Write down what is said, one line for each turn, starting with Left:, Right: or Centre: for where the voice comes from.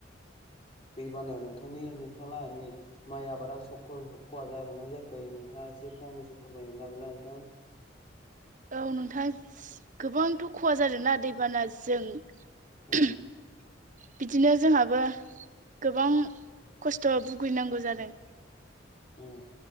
Left: दै बानायाव नोंथांनि नोंथालाहानि माइ आबादा स ख-खहा जागोना जायाखै नोंथाङा एसे फंनैसो फोरमायनो नागोन ना नोंथां?
Right: औ नोंथां गोबांथ' खहा जादोना दैबानाजों
Left: उम
Right: <inaudible> बिदिनो जोंहाबो गोबां खस्थ' भुगिनांगौ जादों।
Left: उम।